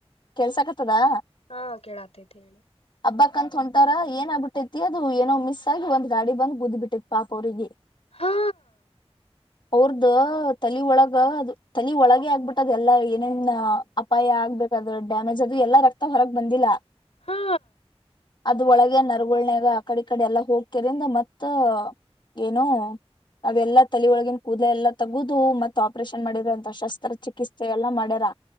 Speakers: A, on the left; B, on the left.
A: ಕೆಲ್ಸ ಆಕತದಾ
B: ಹಾ ಕೇಳಾತೈತಿ ಹೇಳಿ
A: ಹಬ್ಬಾಕ್ ಅಂತ ಹೊಂಟಾರ ಏನ್ ಆಗ್ಬಿಟ್ಟೈತಿ ಅದು ಏನೋ ಮಿಸ್ ಆಗಿ ಒಂದ್ ಗಾಡಿ ಬಂದ್ುದ್ಬ ಬಿಟ್ಟೈತಿ ಪಾಪ ಅವ್ರಿಗೆ
B: ಹಾ
A: ಅವ್ರದ ತಲ ಒಳಗ ಅದು ತಲ ಒಳಗ ಆಗ್ಬಿಟ್ಟದ ಎಲ್ಲಾ ನಿನ್ ಅಪಾಯ ಆಗ್ಬೇಕಾದ್ರೆ ಡ್ಯಾಮೇಜ್ ಆದದು್ರೂ ಎಲ್ಲಾ ರಕ್ತ ಹೊರಗ್ ಬಂದಿಲ್ಲ
B: ಹಾ
A: ಅದ ಒಳಗೆ ನರಗಳ್ನಾಗ ಆಕಡೆ ಕಡೆ ಎಲ್ಲ ಹೋಗಕ್ಯದ್ರಿಂದ ಮತ್ತ ಏನು ಅವೆಲ್ಲಾ ತಲಿಯೊಳಗನ್ ಕೂದ ಎಲ್ಲ ತಗದು ಮತ್ ಆಪರೇಷನ್ ಮಾಡಿದ ಅಂತ ಶಸ್ತ್ರ ಚಿಕಿತ್ಸೆ ಎಲ್ಲಾ ಮಾಡ ಅಡರ